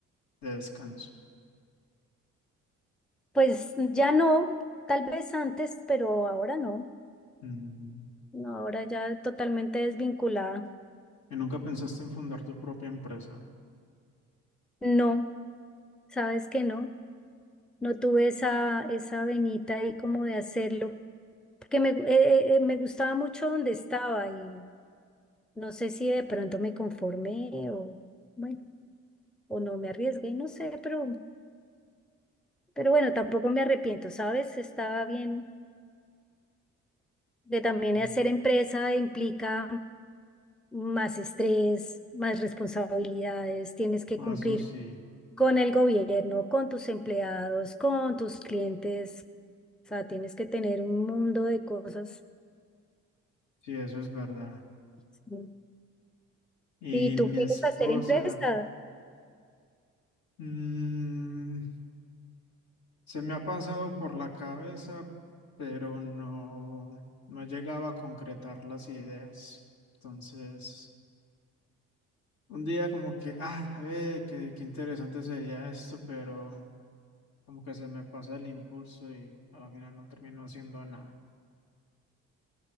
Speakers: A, on the left; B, in the centre.
A: de descanso.
B: Pues ya no, tal vez antes, pero ahora no,
A: Mm,
B: no, ahora ya totalmente desvinculada.
A: Y nunca pensaste en fundar tu propia empresa.
B: No, sabes que no, no tuve esa, esa venita ahí como de hacerlo, porque me, gu- eh, eh, me gustaba mucho donde estaba y no sé si de pronto me conformé o, bueno, o no me arriesgué, no sé, pero... Pero bueno, tampoco me arrepiento, ¿sabes? Estaba bien de también
A: Mm.
B: hacer empresa implica más estrés, más responsabilidades, tienes que
A: Ah,
B: cumplir
A: Eso sí,
B: con el gobierno, con tus empleados, con tus clientes. O sea, tienes que tener un mundo de cosas.
A: sí, eso es verdad.
B: Sí.
A: Y
B: Si
A: mi
B: tú quieres
A: esposa,
B: hacer empresa,
A: mm, se me ha pasado por la cabeza, pero no, no llegaba a concretar las ideas. Entonces... Un día como que, ah, eh, qué, qué interesante sería esto, pero como que se me pasa el impulso y a la final no termino haciendo nada.